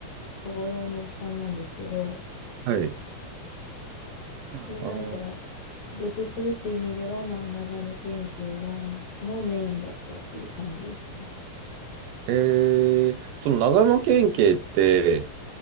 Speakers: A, on the left (about 65°); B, on the right (about 80°).
A: 小五郎のおっさんなんですけど、
B: はい。あー、
A: で、なんか、出てくるって意味では、まあ、長野県警が、もうメインだったっていう感じですね。
B: えー、その長野県警って